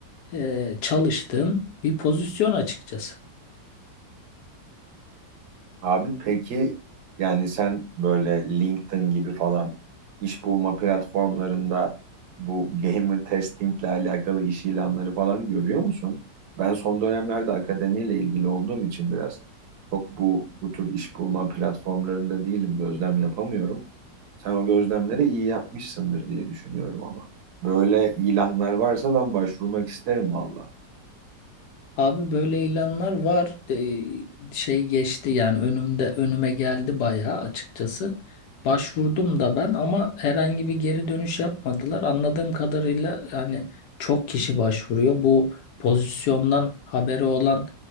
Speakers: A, on the left; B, on the right.
A: e, çalıştığın bir pozisyon açıkçası.
B: Abi peki yani sen böyle LinkedIn gibi falan iş bulma platformlarında bu gamer testingle alakalı iş ilanları falan görüyor musun? Ben son dönemlerde akademiyle ilgili olduğum için biraz çok bu bu tür iş bulma platformlarında değilim, gözlem yapamıyorum. Sen o gözlemleri iyi yapmışsındır diye düşünüyorum ama. Böyle ilanlar varsa ben başvurmak isterim valla.
A: Abi böyle ilanlar var. Ee, şey geçti yani önümde önüme geldi bayağı açıkçası. Başvurdum da ben ama herhangi bir geri dönüş yapmadılar. Anladığım kadarıyla yani çok kişi başvuruyor. Bu pozisyondan haberi olan